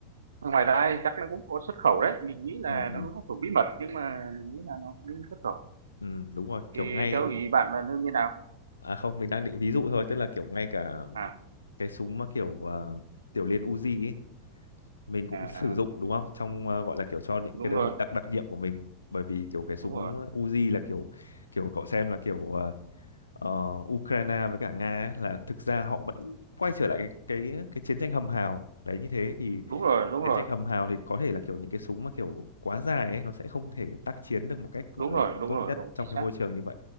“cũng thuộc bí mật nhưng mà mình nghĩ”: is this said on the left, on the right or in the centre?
Right